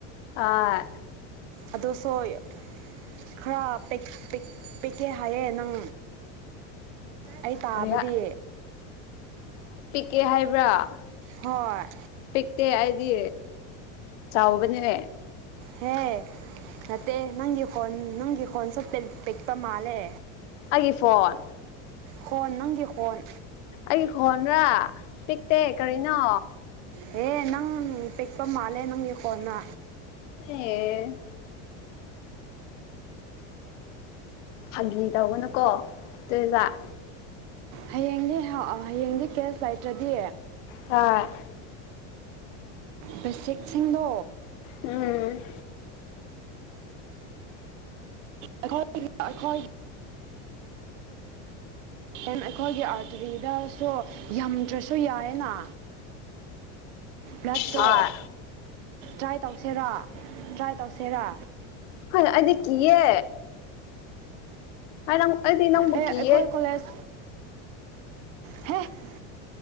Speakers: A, on the left; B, on the right.
A: ꯑꯥ
B: ꯑꯗꯣ ꯁꯣꯏ ꯈꯔ ꯄꯤꯛ ꯄꯤꯛ ꯄꯤꯛꯀꯦ ꯍꯥꯏꯌꯦ ꯅꯪ ꯑꯩ ꯇꯥꯕꯗꯤ
A: ꯀꯔꯤ ꯑꯦ ꯍꯥꯏꯕ꯭ꯔꯥ
B: ꯍꯣꯏ
A: ꯄꯤꯛꯇꯦ ꯑꯩꯗꯤ ꯆꯥꯎꯕꯅꯦ
B: ꯍꯦ ꯅꯠꯇꯦ ꯅꯪꯒꯤ ꯐꯣꯟ ꯅꯪꯒꯤ ꯈꯣꯟꯁꯨ ꯄꯤꯜ ꯄꯤꯛꯄ ꯃꯥꯜꯂꯦ
A: ꯑꯩꯒꯤ ꯐꯣꯟ
B: ꯍꯣꯟ ꯅꯪꯒꯤ ꯍꯣꯟ
A: ꯑꯩꯒꯤ ꯈꯣꯟꯔ ꯄꯤꯛꯇꯦ ꯀꯔꯤꯅꯣ
B: ꯍꯦ ꯅꯪ ꯄꯤꯛꯄ ꯃꯥꯜꯂꯦ ꯅꯪꯒꯤ ꯈꯣꯟꯅ
A: ꯑꯦ ꯐꯥꯒꯤ ꯇꯧꯒꯅꯨꯀꯣ ꯇꯣꯏꯖꯥꯠ
B: ꯍꯌꯦꯡꯗꯤ ꯍꯥ ꯑꯥ ꯍꯌꯦꯡꯗꯤ ꯀꯦꯁ ꯂꯩꯇ꯭ꯔꯗꯤ
A: ꯍꯥꯥ
B: ꯕꯦꯁꯤꯛꯁꯤꯡꯗ
A: ꯎꯝ
B: ꯑꯩꯈꯣꯏ ꯑꯩꯈꯣꯏꯒꯤ ꯑꯦꯟ ꯑꯩꯈꯣꯏꯒꯤ ꯑꯥꯔꯇꯔꯤꯗꯁꯨ ꯌꯥꯝꯝꯗ꯭ꯔꯁꯨ ꯌꯥꯏꯌꯦꯅ ꯕ꯭ꯂꯠꯇꯣ
A: ꯍꯣꯏ
B: ꯇ꯭ꯔꯥꯏ ꯇꯧꯁꯦꯔꯥ ꯇ꯭ꯔꯥꯏ ꯇꯧꯁꯦꯔꯥ
A: ꯍ ꯑꯩꯗꯤ ꯀꯤꯌꯦ ꯑꯩ ꯅꯪ ꯑꯩꯗꯤ ꯅꯪꯕꯨ
B: ꯑꯩꯈꯣꯏ
A: ꯀꯤꯌꯦ
B: ꯀꯂꯦꯖ ꯍꯦ